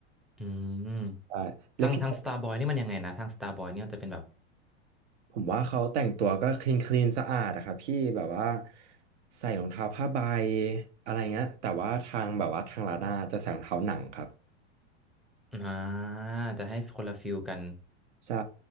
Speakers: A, in the centre; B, on the right (about 75°).
A: อืม
B: ใช่แล้วพี่
A: ทางทาง Starboy นี่มันยังไงนะ ทาง Starboy นี่มันจะเป็นแบบ
B: ผมว่าเขาแต่งตัวก็คลีนคลีนสะอาดอะครับพี่แบบว่าใส่รองเท้าผ้าใบอะไรเงี้ยแต่ว่าทางแบบว่าทางลาด้าจะใส่รองเท้าหนังครับ
A: อ่า จะให้คนละฟิลกัน
B: ใช่